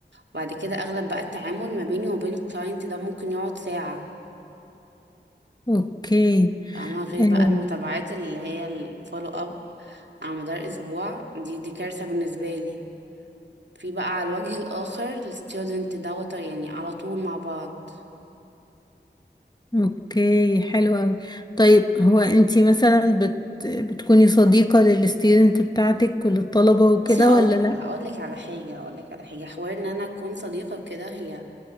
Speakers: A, on the right; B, on the left.
A: وبعد كده اغلب بقى التعامل ما بيني وبين الكلاينت ده ممكن يقعد ساعه
B: اوكي
A: فاهمه غير
B: آه.
A: بقى المتابعات اللي هي الفولو اب على مدار اسبوع دي دي كارثه بالنسبه لي في بقى على الوجه الاخر الستودنت دوت يعني على طول مع بعض
B: اوكي حلو قوي طيب هو انتي مثلا بت... بتكوني صديقة للستودنت بتاعتك وللطلبة وكده
A: بصي هقولك
B: ولا لا
A: هقولك على حاجة هقولك على حاجة حوار ان انا اكون صديقة وكده هي